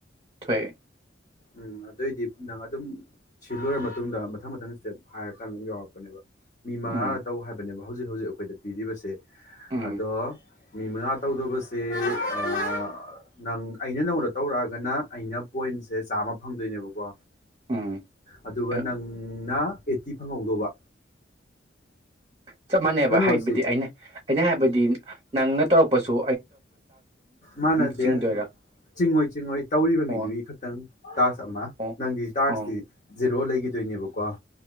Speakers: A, on the right; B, on the left.
A: ꯊꯣꯛꯑꯦ
B: ꯎꯝ ꯑꯗꫭꯏꯗꯤ ꯅꯪ ꯑꯗꯨꯝ ꯁꯤ ꯂꯣꯏꯔ ꯃꯇꯨꯡꯗ ꯃꯊꯪ ꯃꯊꯪ ꯁ꯭ꯇꯦꯞ ꯍꯥꯏꯔꯀꯥꯟꯗ ꯑꯗꯨꯝ ꯌꯥꯎꯔꯛꯄꯅꯦꯕ ꯃꯤ ꯃꯉꯥꯔꯛ
A: ꯎꯝ
B: ꯇꯧ ꯍꯥꯏꯕꯅꯦꯕ ꯍꯧꯖꯤꯛ ꯍꯧꯖꯤꯛ ꯑꯩꯈꯣꯏꯗ ꯄꯤꯔꯤꯕꯁꯦ
A: ꯎꯝ
B: ꯑꯗꯣ ꯃꯤ ꯃꯉꯥ ꯇꯧꯗꯧꯕꯁꯦ ꯑ ꯅꯪ ꯑꯩꯅ ꯅꯉꫭꯟꯗ ꯇꯧꯔꯛꯑꯒꯅ ꯑꯩꯅ ꯄꯣꯏꯟꯁꯦ ꯆꯥꯝꯃ ꯐꯪꯗꯣꯏꯅꯦꯕꯀꯣ
A: ꯎꯝ
B: ꯑꯗꯨꯒ
A: ꯑ
B: ꯅꯪꯅ ꯑꯦꯠꯇꯤ ꯐꯪꯍꯧꯗꯧꯕ
A: ꯆꯞ ꯃꯥꯟꯅꯩꯕ
B: ꯀꯩꯅꯣꯁꯤ
A: ꯍꯥꯏꯕꯗꯤ ꯑꯩꯅ ꯑꯩꯅ ꯍꯥꯏꯕꯗꯤ ꯅꯪ ꯇꯧꯔꯛꯄꯥ ꯁꯨ
B: ꯃꯥꯟꯅꯗꯦ
A: ꯆꯤꯡꯗꯣꯏꯔꯥ
B: ꯆꯤꯡꯉꯣꯏ ꯆꯤꯡꯉꯣꯏ ꯇꯧꯔꯤꯕ
A: ꯑꯣ
B: ꯃꯤꯗꯨꯒꯤ ꯈꯛꯇꯪ ꯇꯥꯛꯁ ꯑꯃ
A: ꯑꯣ
B: ꯅꯪꯒꯤ ꯇꯥꯛꯁꯇꯤ
A: ꯑꯣ
B: ꯖꯦꯔꯣ ꯂꯩ ꯏꯗꯣꯏꯅꯦꯕꯀꯣ ꯑ